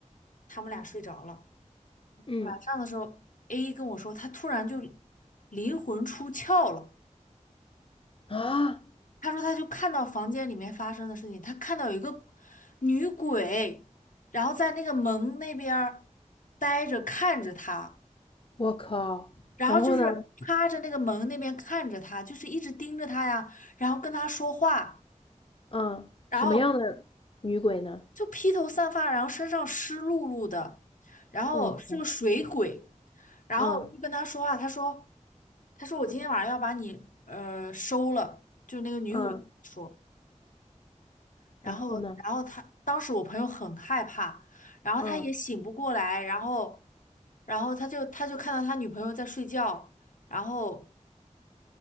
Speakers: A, on the left (about 80°); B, on the left (about 45°).
A: 他们俩睡着了，
B: 嗯
A: 晚上的时候，A 跟我说他突然就灵魂出窍了，
B: 啊，
A: 他说他就看到房间里面发生的事情，他看到有一个女鬼，然后在那个门那边儿呆着看着他。
B: 我靠！
A: 然后就是趴着那个门那边看着他，
B: 然后呢？
A: 就是一直盯着他呀，然后跟他说话，
B: 嗯，
A: 然后
B: 什么样的女鬼呢？
A: 就披头散发，然后身上湿漉漉的，然后是个水鬼，
B: 我靠！
A: 然后就跟他说话，
B: 嗯
A: 他说，他说我今天晚上要把你呃收了，就是那个女鬼跟他说，
B: 嗯
A: 然后然后他当时我朋友很害怕，
B: 然后呢？
A: 然后他也醒不过来，
B: 嗯
A: 然后然后他就他就看到他女朋友在睡觉，然后。